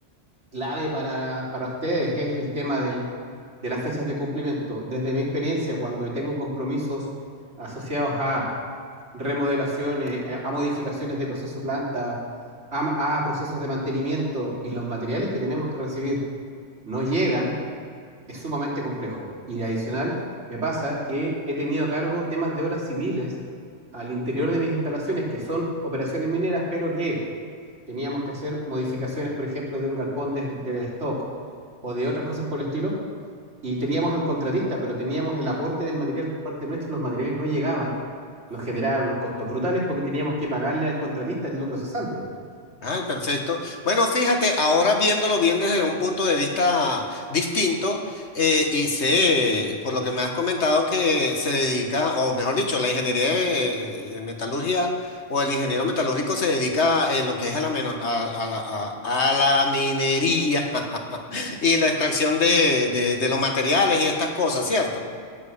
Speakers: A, on the right; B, on the left.
A: clave para, para ustedes es el tema del, de las fechas de cumplimiento. Desde mi experiencia, cuando tengo compromisos asociados a remodelaciones, eh, a modificaciones de proceso planta, a, a procesos de mantenimiento y los materiales que tenemos que recibir no llegan, es sumamente complejo. Y adicional, me pasa que he tenido a cargo temas de obras civiles al interior de mis instalaciones, que son operaciones mineras, pero que teníamos que hacer modificaciones, por ejemplo, de un galpón del de stock, o de otras cosas por el estilo, y teníamos al contratista, pero teníamos el aporte del material por parte nuestra y los materiales no llegaban, nos generaban unos costos brutales porque teníamos que pagarle al contratista el lucro cesante.
B: Ay, perfecto. Bueno, fíjate, ahora viéndolo bien desde un punto de vista distinto, eh, y sé, por lo que me has comentado, que se dedica, o mejor dicho, la ingeniería de, eh, metalurgia o el ingeniero metalúrgico se dedica en lo que es a la, meno- a, a la a- a la minería <laughs> y la extracción de, de de los materiales y estas cosas, ¿cierto?